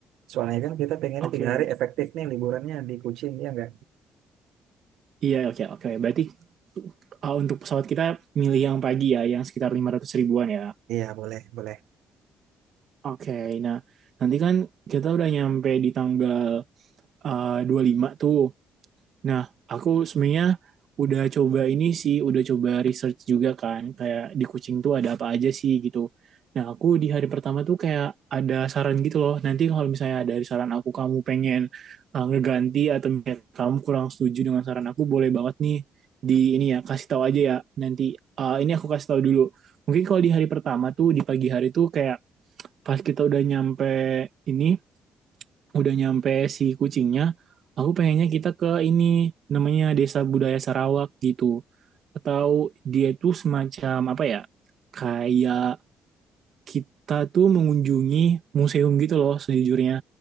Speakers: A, on the right (about 85°); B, on the right (about 60°).
A: Soalnya kan kita pengennya
B: Oke.
A: tiga hari efektif nih liburannya di Kucing, ya nggak?
B: Iya, oke, oke. Berarti uh, untuk pesawat kita milih yang pagi ya, yang sekitar 500 ribuan ya.
A: Iya, boleh, boleh.
B: Oke. Nah, nanti kan kita udah nyampe di tanggal uh, 25 tuh. Nah, aku sebenarnya udah coba ini sih, udah coba research juga kan, kayak di kucing tuh ada apa aja sih gitu. Nah, aku di hari pertama tuh kayak ada saran gitu loh. Nanti kalau misalnya ada saran aku kamu pengen uh, ngeganti atau misalnya kamu kurang setuju dengan saran aku, boleh banget nih di ini ya kasih tahu aja ya. Nanti uh, ini aku kasih tahu dulu. Mungkin kalau di hari pertama tuh di pagi hari tuh kayak pas kita udah nyampe ini udah nyampe si kucingnya, aku pengennya kita ke ini namanya Desa Budaya Sarawak gitu. Atau dia itu semacam apa ya? Kayak kita tuh mengunjungi museum gitu loh sejujurnya.